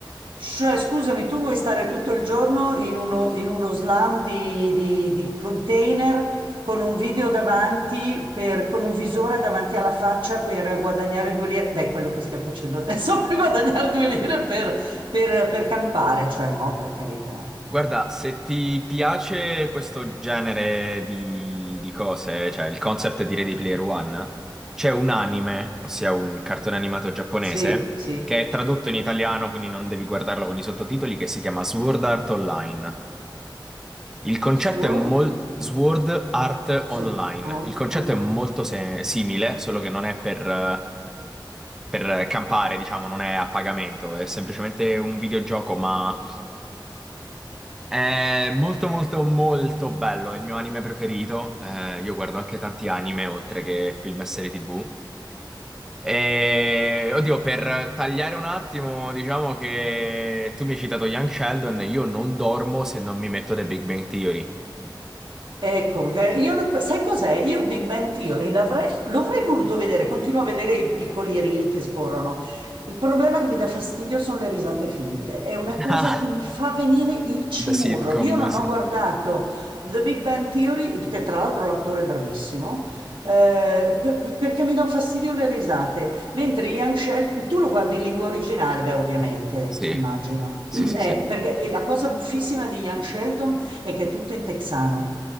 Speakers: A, on the right; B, in the centre.
A: Cioè, scusami, tu vuoi stare tutto il giorno in uno, in uno slam di, di- di container con un video davanti, per- con un visore davanti alla faccia per guadagnare due lire? Beh, quello che stiamo facendo adesso <laughs> per guadagnare due lire per, per- per campare. Cioè, no, per carità.
B: Guarda, se ti piace questo genere di, di cose, cioè il concept di Ready Player One, c'è un anime, ossia un cartone animato giapponese,
A: Sì, sì.
B: che è tradotto in italiano, quindi non devi guardarlo con i sottotitoli, che si chiama Sword Art Online. Il concetto
A: Sword?
B: è molto... Sword Art
A: Sì.
B: Online.
A: Art
B: Il concetto
A: online.
B: è molto se- simile, solo che non è per, eh, per campare, diciamo, non è a pagamento, è semplicemente un videogioco, ma È molto molto molto bello, è il mio anime preferito. Eh, io guardo anche tanti anime oltre che film e serie TV. E oddio, per tagliare un attimo, diciamo che tu mi hai citato Young Sheldon, io non dormo se non mi metto The Big Bang Theory.
A: Ecco, eh, io, ne- sai cos'è? Io Big Bang Theory l'avrei l'avrei voluto vedere, continuo a vedere i piccoli reel che scorrono. Il problema che mi dà fastidio sono le risate finte, è una
B: <laughs>
A: cosa che mi
B: Ah,
A: fa venire il cimurro.
B: da sitcom,
A: Io non
B: sì.
A: ho guardato The Big Bang Theory, che tra l'altro l'attore è bravissimo, eh, per- per- perché mi dà fastidio le risate. Mentre Young Sheldon, tu lo guardi in lingua originale, beh, ovviamente,
B: Sì,
A: immagino.
B: sì,
A: <clears throat>
B: sì,
A: Eh,
B: sì.
A: perché e la cosa buffissima di Young Sheldon è che è tutto in texano